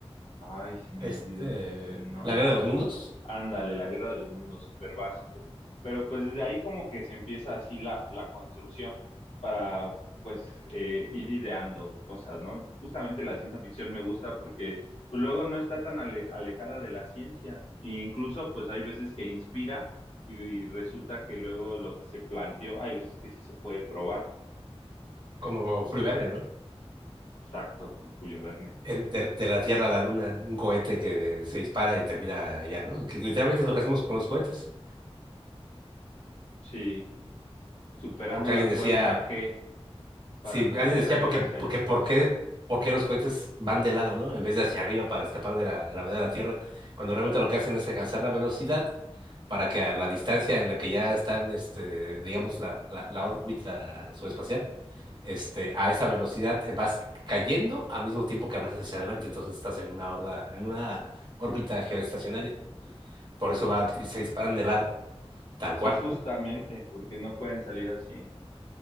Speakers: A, on the left; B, on the right.
A: Ay, se me
B: Este,
A: olvidó el nombre.
B: La Guerra de los Mundos.
A: Ándale, la Guerra de los Mundos, súper básico. Pero pues desde ahí como que se empieza así la, la construcción para pues eh, ir ideando cosas, ¿no? Justamente la ciencia ficción me gusta porque pues luego no está tan ale- alejada de la ciencia. E incluso pues hay veces que inspira y, y resulta que luego lo que se planteó, hay veces que sí se puede probar.
B: Como Julio Verne, ¿no?
A: Exacto, como Julio Verne.
B: El- de, de la Tierra a la Luna, un cohete que se dispara y termina allá, ¿no? Que literalmente es lo que hacemos con los cohetes.
A: Sí, superando
B: Porque
A: la
B: alguien decía,
A: fuerza G para
B: sí,
A: poder
B: alguien decía,
A: salir
B: porque,
A: hacia
B: porque,
A: el espacio.
B: ¿por qué, por qué los cohetes van de lado, ¿no? En vez de hacia arriba para escapar de la gravedad de la Tierra, cuando realmente lo que hacen es alcanzar la velocidad para que a la distancia en la que ya están, este, digamos, la, la, la órbita subespacial, este, a esa velocidad eh, vas cayendo al mismo tiempo que avanzas hacia adelante, entonces estás en una horda, en una órbita geoestacionaria. Por eso va, se disparan de lado, tal
A: Sí,
B: cual.
A: justamente, porque no pueden salir así en